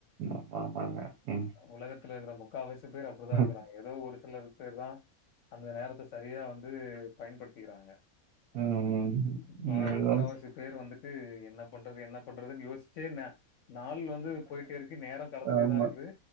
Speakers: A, on the right; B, on the left.
A: ஆமா ஆமாங்க ம்
B: உலகத்துல இருக்கற முக் காவாசி பேர் அப்டிதா
A: ம்.
B: இருக்கறாங்க ஏதோ ஒரு சில பேர் தா அந்த நேரத்த சரியா வந் து பயன்படுத்திக்கிறாங்க
A: ம்.
B: ப
A: அதான்
B: முக்காவாசி பேர் வந்துட்டு என்ன பண்றது என்ன பண்றதுனு யோசிச்சே ந நாள் வந்து போயிட்டேருக்கு நேர கடந்துடேதா
A: ஆமா.
B: இருக்குது